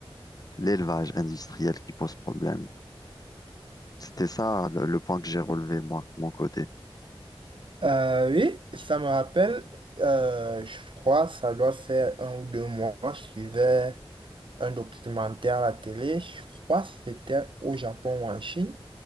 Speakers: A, on the left; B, on the right.
A: l'élevage industriel qui pose problème. C'était ça le, le point que j'ai relevé moi, de mon côté.
B: Euh, oui, ça me rappelle, euh, je crois, ça doit faire un ou deux mois, je suivais un documentaire à la télé, je crois que c'était au Japon ou en Chine.